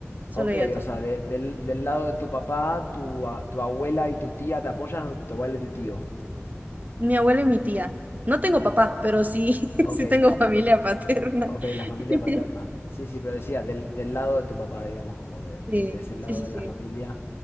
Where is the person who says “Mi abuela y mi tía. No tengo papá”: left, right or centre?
Right